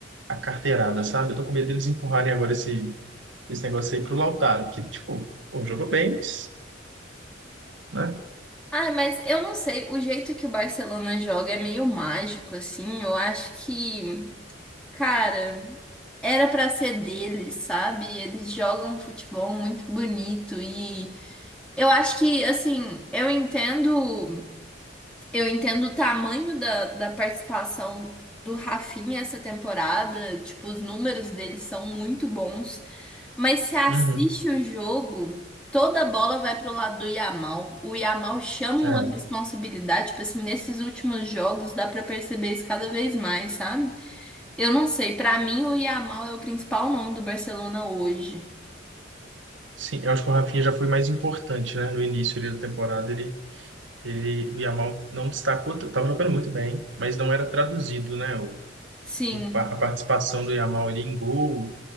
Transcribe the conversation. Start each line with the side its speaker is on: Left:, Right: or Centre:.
Right: a carteirada, sabe? Eu tô com medo deles empurrarem agora esse, esse negócio aí pro Lautaro, que, tipo, pô, jogou bem, mas, né?
Centre: Ah, mas eu não sei, o jeito que o Barcelona joga é meio mágico, assim. Eu acho que, cara, era pra ser deles, sabe? Eles jogam um futebol muito bonito e eu acho que, assim, eu entendo. Eu entendo o tamanho da, da participação do Rafinha essa temporada, tipo, os números dele são muito bons, mas se assiste
Right: Uhum.
Centre: o jogo, toda a bola vai pro lado do Yamal. O Yamal chama uma
Right: É.
Centre: responsabilidade, tipo assim, nesses últimos jogos dá pra perceber isso cada vez mais, sabe? Eu não sei, pra mim o Yamal é o principal nome do Barcelona hoje.
Right: Sim, eu acho que o Rafinha já foi mais importante, né? No início ali da temporada, ele, ele, o Yamal não destacou, t- tava jogando muito bem, mas não era traduzido, né? O,
Centre: Sim,
Right: o pa- a participação do Yamal ali em gol